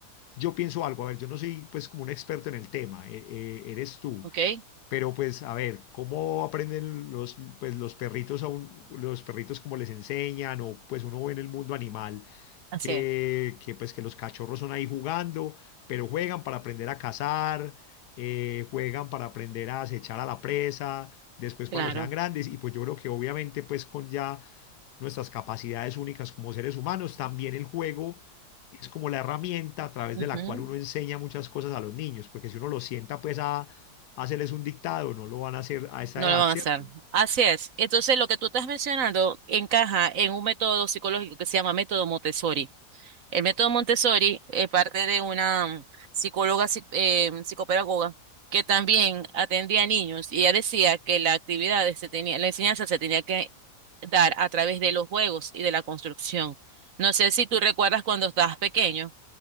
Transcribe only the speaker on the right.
Ok,
así
es,
claro.
Ujú.
No
lo van
a hacer. Así es. Entonces, lo que tú estás mencionando encaja en un método psicológico que se llama método Montessori. El método Montessori es parte de una mm, psicóloga, psi- eh, psicopedagoga, que también atendía a niños y ella decía que la actividad se tenía, la enseñanza se tenía que dar a través de los juegos y de la construcción. No sé si tú recuerdas cuando estabas pequeño,